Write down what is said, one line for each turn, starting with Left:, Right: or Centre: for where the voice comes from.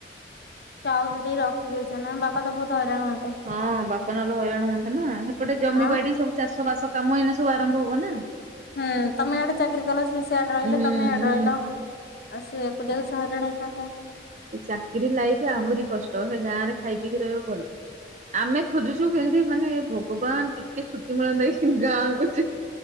Left: ଯାହାହଉ ସେତିକି ରଖିଦେଇଚ ନା ବାପା ତ ବୋହୁତ ହଇରାଣ ହଉଥିବେ।
Right: ହଁ ବାପା ନଲେ ହଇରାଣ ହୁଅନ୍ତେ ନା। ସେପଟେ ଜମି
Left: ଆଁ
Right: ବାଡି ସବୁ ଚାଷ ବାସ କାମ ଏଇନା ସବୁ ଆରମ୍ଭ ହବ ନା।
Left: ହୁଁ ତମେ ଇଆଡେ ଚାକିରି କଲ ସେ ସିଆଡେ ରହିଲେ
Right: ହୁଁ
Left: ତମେ
Right: ହୁଁ।
Left: ୟାଡେ ରହିଲ। ଆଉ ସେ ଏକୁଟିଆକୁ ହଇରାଣ ହେଇଥାନ୍ତା।
Right: ଚାକିରି ଲାଇଫ ଆହୁରି କଷ୍ଟ ହେ ଗାଁ ରେ ଖାଇ ପିଇକି ରହିବ ଭଲ। ଆମେ ଖୋଜୁଚୁ କେନ୍ତି ମାନେ ଭଗବାନ ଟିକେ ଛୁଟି ମିଳନ୍ତା କି ଗାଁକୁ ଯିବି